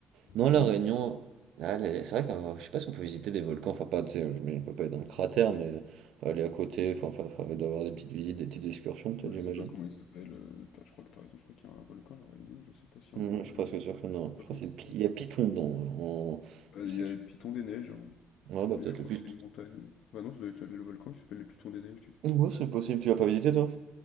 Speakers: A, on the right (about 75°); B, on the left (about 70°).
A: Non,
B: Oui,
A: La Réunion,
B: on sait.
A: ah, les- c'est vrai que euh, je sais pas si on peut visiter des volcans, enfin pas, tu sais, je on peut pas être dans le cratère, mais aller à côté, enfin, enfin, enfin, il doit y avoir des petites visites, des petites excursions peut-être,
B: Je
A: j'imagine.
B: sais pas comment il s'appelle. euh, t'as- je crois que t'as raison. Je crois qu'il y a un volcan à La Réunion. Je sais pas s'il
A: Non,
B: y en a un,
A: je suis presque
B: mais
A: sûr que non.
B: je sais pas
A: Je
B: comment
A: crois que c'est
B: il s'appelle.
A: Pi- il y a Piton dedans. En...
B: Ah, Il
A: Je sais
B: y
A: qui.
B: a le Piton des Neiges, hein,
A: Ouais, bah
B: mais
A: peut-être
B: je crois
A: le Piton.
B: que c'est une montagne. Bah non, ça doit être le volcan qui s'appelle le Piton des Neiges, du coup.
A: Ouais, c'est possible, tu vas pas visiter toi?